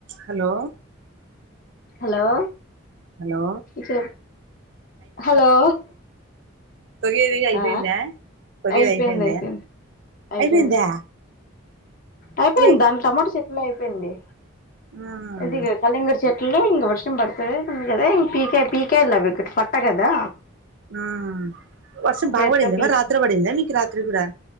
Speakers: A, on the right; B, on the left.
A: hello
B: hello
A: hello
B: చె hello
A: తోగేడి అయిపోయిందా
B: ఆ
A: తొగేడి
B: అయిపోయింది
A: అయిపోయిందా
B: అయిపోయింది అయిపోయింది
A: అయిపోయిందా
B: అయిపోయింది
A: టూ
B: దానిలో టమాటో చెట్ని అయిపోయింది
A: ఆమ్
B: ఇది కళింగర చెట్లు ఇంక వర్షం పడుతది ఇం కదా ఇ పీకే పీకేయాలి అవి పట్టా కదా
A: ఆ వర్షం
B: చేత్తో
A: బాగు పడిందా
B: పీకి
A: మరి రాత్రి పడిందా మీకు రాత్రి కూడా